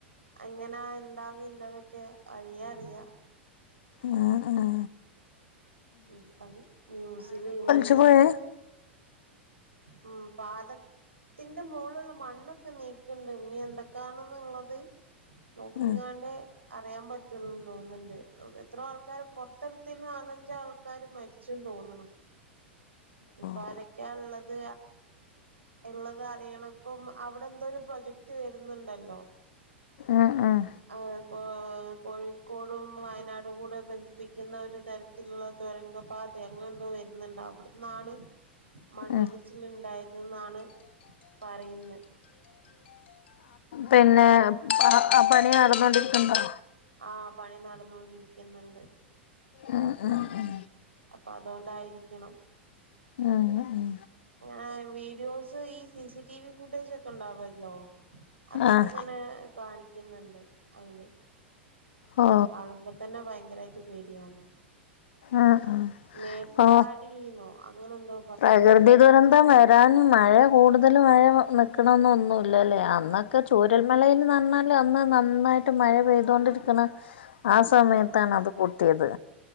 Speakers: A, on the right; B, on the left.
A: അങ്ങനാ എന്താന്നുള്ളതൊക്കെ വഴിയാ അറിയാ
B: ആഹ് ആഹ്
A: ഇപ്പം ന്യൂസില്
B: തു പോയെ
A: ഉം പാല ത്തിന്റെ മുകളിലുള്ള മണ്ണൊക്കെ നീക്കുന്നുണ്ട് ഇനി എന്തൊക്കെയാണ്ന്നുള്ളത് നോക്കിങ്ങാണ്ട്
B: ഉം
A: അറിയാൻ പറ്റുള്ളൂന്ന് തോന്നുന്നുണ്ട് എത്രോ ആൾക്കാര് പൊറത്തെടുത്തത്തിൽ നാലഞ്ച് ആൾക്കാർ മരി ച്ചും തോന്നുണു ഇപ്പ
B: ഓ
A: അരൊക്കെയ ഉള്ളത് ഇള്ളത് അറിയണം ഇപ്പം അവിടെ എന്തോ ഒരു പ്രൊജക്ട് വരുന്നുണ്ടല്ലോ
B: ആഹ് ആഹ്
A: അഹ് കോ കോഴിക്കോടും വയനാടും കൂടെ ബന്ധിപ്പിക്കുന്ന ഒരു തര ത്തിലുള്ള തുരങ്ക പാത അങ്ങനെ എന്തോ വരുന്നുണ്ട് അവിടെ ന്നാണ് മണ്ണിടിച്ചിൽ
B: ഉം
A: ഉണ്ടായത് എന്നാണ് പറയുന്നത്
B: തന്നെ ആഹ് പണി നടന്നോണ്ടിരിക്കുന്നുണ്ടോ
A: ആഹ് പണി നടന്നൊണ്ടിരിക്കുന്നുണ്ട്
B: ഉം ഉം ഉം
A: അപ്പൊ അതുകൊണ്ടായിരിക്കണം
B: ഉം ഉം
A: ങ്ങാ വീഡിയോസ് ഈ C C T V footage ഒക്കെ ചെ ഉണ്ടാവല്ലോ അതൊക്കെ
B: ആഹ്
A: ഇങ്ങനെ കാണിക്കുന്നുണ്ട് അതില്
B: ഓ
A: കാണുമ്പ തന്നെ ഭയങ്കരമായിട്ട് പേടിയവ്ന്ന്
B: ആഹ് ആഹ്
A: മേപ്പാടിന്നോ
B: ഓ
A: അങ്ങനെന്തോ
B: പ്രകൃതി ദുരന്തം വ രാൻ മഴ കൂടുതൽ മഴ നി ക്കണോന്നോന്നില്ലല്ലെ അന്നൊക്കെ ചു രൽമലയിൽ ന്നറഞ്ഞാൽ അന്ന് നന്നായിട്ട് മഴ പെയ്തു കൊണ്ടിരിക്കണെ ആ സമയത്താണ്
A: ആഹ്
B: അത് പോട്ടിയത്